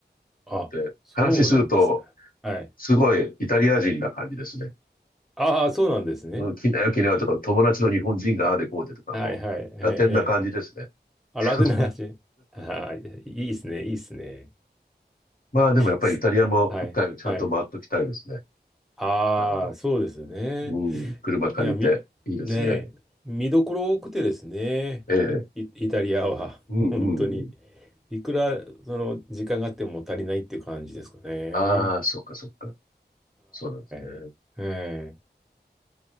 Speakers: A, in the centre; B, on the left.
A: あ、
B: て話すると、
A: そうなんですね。はい。
B: すごいイタリア人な感じですね。
A: ああ、そうなんですね。
B: うん、来なよ来なよとか、友達の日本人がああでこうでとかもう、
A: はい、はい。ええ、
B: ラテンな感じですね。
A: ええ。
B: <laughs>
A: あ、ラテンの話。<laughs> ああ、いいっすね、いいっすね。
B: まあでもやっぱりイタリアも一回ちゃんと回っときたいですね。
A: すはい、はい。ああ、
B: あの、
A: そうですよね。
B: うん、車借りて、
A: いや、み、
B: いいですね。
A: ねえ、見どころ多くてですね。
B: ええ、
A: イ、イタリアは、
B: うんうんうん。
A: <laughs> 本当に。いくら、その、時間があっても足りないっていう感じですかね。
B: ああ、そっかそっか。そうなんですね。
A: はい。
B: イ
A: ええ